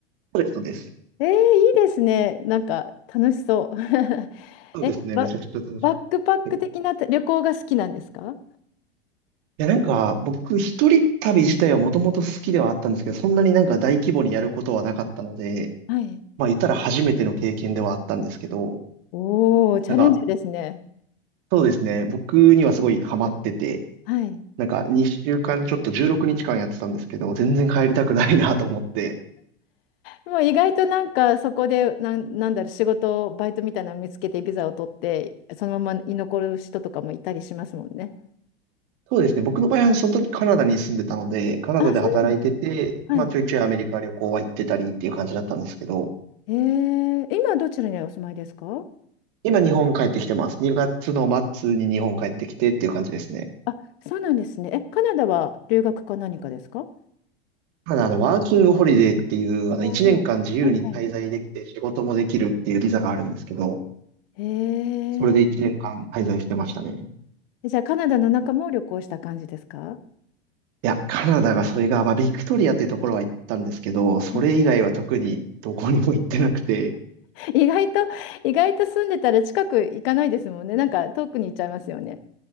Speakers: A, on the right; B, on the left.
A: そうです、そうです。
B: えー、いいですね。なんか楽しそう。<laughs>
A: そうですね、
B: え、バ、
A: めちゃくちゃ楽しかった。
B: バックパック的な旅行が好きなんですか
A: いや、なんか、僕、一人旅自体はもともと好きではあったんですけど、そんなになんか大規模にやることはなかったので、
B: はい。
A: まあ、言ったら初めての経験ではあったんですけど、
B: おー、チャレンジですね。
A: なんか、そうですね。僕にはすごいハマってて、
B: はい。
A: なんか2週間ちょっと16日間やってたんですけど、全然帰りたくないなと思って。
B: もう意外となんかそこで、なん、なんだろう、仕事、バイトみたいなの見つけてビザを取って、そのまま居残る人とかもいたりしますもんね。
A: そうですね。僕の場合はその時カナダに住んでたので、カナダで働いてて、
B: あ、そうなんです。はい。
A: まあちょいちょいアメリカ旅行は行ってたりっていう感じだったんですけど、
B: えー、今どちらにお住まいですか
A: 今日本帰ってきてます。2月の末に日本帰ってきてっていう感じですね。
B: あ、そうなんですね。え、カナダは留学か何かですか
A: ただあの、ワーキングホリデーっていう、あの1年間自由に滞在できて仕事もできるっていうビザがあるんですけど、
B: おおはいはい。へ
A: それで1年間滞在してましたね。
B: え。じゃあカナダの中も旅行した感じですか
A: いや、カナダがそれが、まあ、ビクトリアっていうところは行ったんですけど、それ以外は特にどこにも行ってなくて、
B: はい <laughs> 意外と、意外と住んでたら近く行かないですもんね。なんか遠くに行っちゃいますよね。